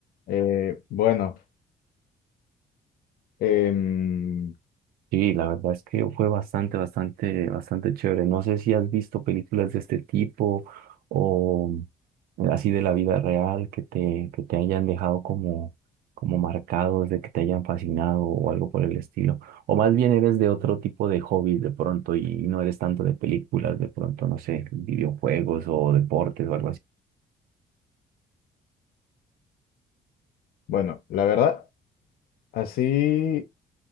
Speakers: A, on the left; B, on the right.
A: eh, bueno, em,
B: Sí, la verdad es que fue bastante, bastante, bastante chévere. No sé si has visto películas de este tipo o eh, así de la vida real que te, que te hayan dejado como, como marcados, de que te hayan fascinado o algo por el estilo. O más bien eres de otro tipo de hobbies de pronto y no eres tanto de películas, de pronto, no sé, videojuegos o deportes o algo así.
A: bueno, la verdad, así.